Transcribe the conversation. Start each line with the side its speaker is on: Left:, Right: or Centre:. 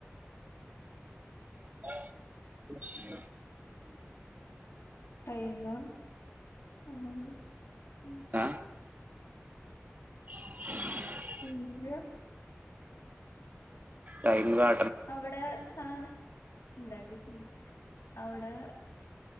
Right: <inaudible>
Left: ടൈമ് <unintelligible>
Right: ഏ <inaudible>
Left: <unintelligible>
Right: ടൈം കാ
Left: അവിടെ സാനം ഇണ്ടാ <unintelligible> അവടെ